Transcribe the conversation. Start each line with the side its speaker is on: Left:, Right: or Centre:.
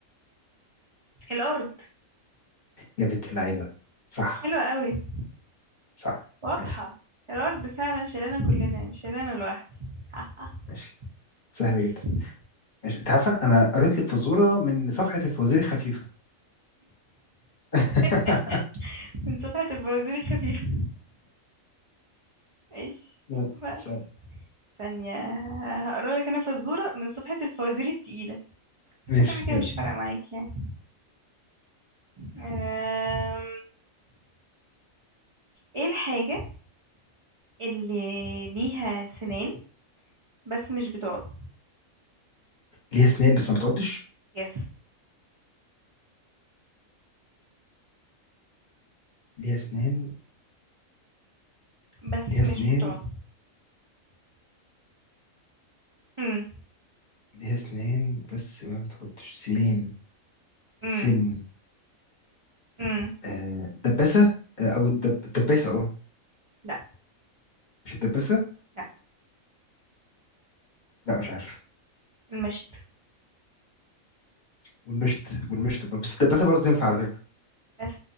Right: الارض
Left: يا بنت اللعيبة صح
Right: حلوة قوي
Left: صح
Right: واضحة
Left: ماشي
Right: الارض فعلا شالانا كلنا مش شالانا لوحدي <laughs>
Left: ماشي سهلة
Right: ماشي
Left: جدا ماشي انت عارفة انا قريت لك فزورة من صفحة الفوازير الخفيفة <laughs>
Right: <laughs> من صفحة الفوازير الخفيفة ايش
Left: يلا
Right: بقى
Left: سهل
Right: ثانية هقرا لك انا فزورة من صفحة الفوازير التقيلة بس
Left: ماشي
Right: كده كده
Left: يلا
Right: مش فارقة معاك يعني أم... ايه الحاجة اللي ليها سنان بس مش بتقعد
Left: ليها اسنان بس ما بتعضش
Right: يس
Left: ليها اسنان
Right: بس
Left: ليها
Right: مش
Left: اسنان
Right: بتقعد امم
Left: ليها اسنان بس ما بتعضش سنين
Right: امم
Left: سن
Right: امم
Left: آه دباسة آه او الدب... الدباسة اه
Right: لا
Left: مش الدباسة
Right: لا
Left: لا مش عارف
Right: المشط
Left: والمشت والمشت برضه بس الدباسة برضه تنفع على فكرة
Right: بس